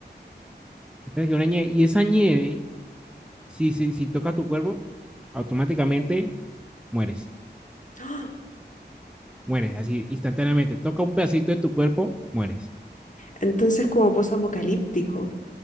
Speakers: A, in the centre; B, on the left.
A: Empieza a caer una nieve. Y esa nieve, si, si, si toca tu cuerpo, automáticamente mueres.
B: ¡Ah!
A: Mueres así instantáneamente. Toca un pedacito de tu cuerpo, mueres.
B: Entonces como post-apocalíptico,